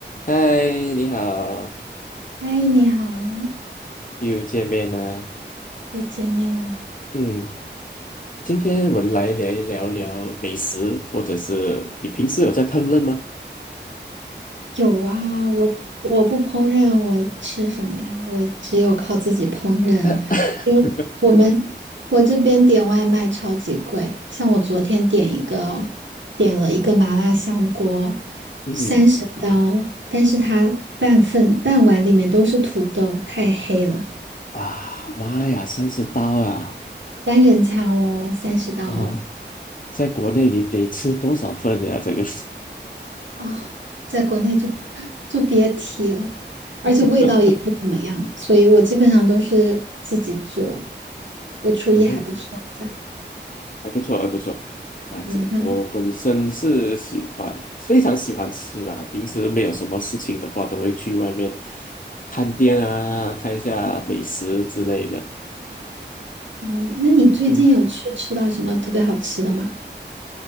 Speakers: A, on the left; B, on the right.
A: 嗨，你好，
B: 哎，你好，
A: 又见面了。
B: 又见面了。
A: 嗯，今天我们来聊一聊聊美食，或者是你平时有在烹饪吗？
B: 有啊，我我不烹饪，我吃什么呀？我只有靠自己烹饪，
A: <laughs>
B: 因为我们我这边点外卖超级贵，
A: <coughs>
B: 像我昨天点一个，点了一个麻辣香锅，
A: 嗯哼
B: 三十刀，但是它半份半碗里面都是土豆，太黑了。
A: 啊，妈呀，三十刀啊！
B: 单人餐哦，三十刀哦。
A: 啊，在国内你得吃多少份呀？这个，
B: 哦，在国内就就别提了，而且味道也不怎么样，
A: <laughs>
B: 所以我基本上都是自己做，我厨艺还不错的。
A: 诶得，还不错，还不错。反正我本身是喜欢，
B: 嗯哼，
A: 非常喜欢吃啦。平时没有什么事情的话，都会去外面探店啊，看一下美食之类的。
B: 嗯，那你最近有去吃到什么特别好吃的吗？
A: 嗯。